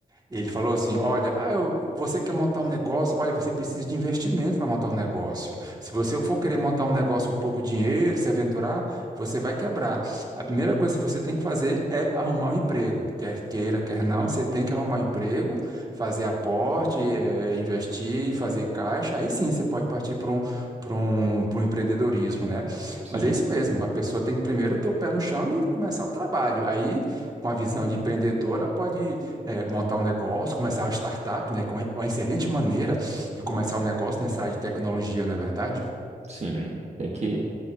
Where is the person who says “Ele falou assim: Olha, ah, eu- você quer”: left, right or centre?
Right